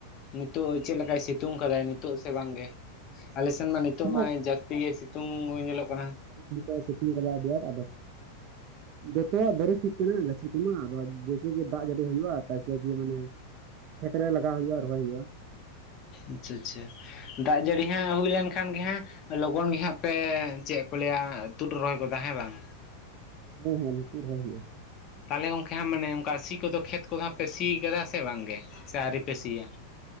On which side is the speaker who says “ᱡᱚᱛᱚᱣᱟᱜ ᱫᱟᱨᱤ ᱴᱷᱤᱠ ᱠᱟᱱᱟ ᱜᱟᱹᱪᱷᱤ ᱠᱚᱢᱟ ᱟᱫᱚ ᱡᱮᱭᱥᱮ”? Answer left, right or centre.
Right